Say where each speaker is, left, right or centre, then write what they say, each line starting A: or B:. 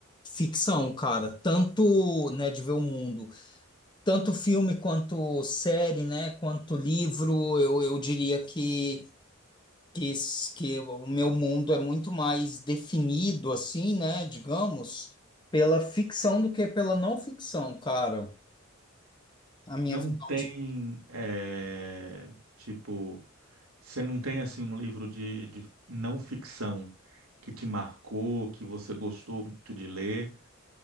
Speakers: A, on the left (about 20°); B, on the right (about 85°).
A: ficção, cara. Tanto, né, de ver o mundo. tanto filme quanto série, né, quanto livro, eu, eu diria que, que, s- que o meu mundo é muito mais definido, assim, né, digamos, pela ficção do que pela não ficção, cara. A minha
B: Não
A: visão
B: tem
A: de...
B: é, tipo, você não tem assim um livro de, de não ficção que te marcou, que você gostou muito de ler,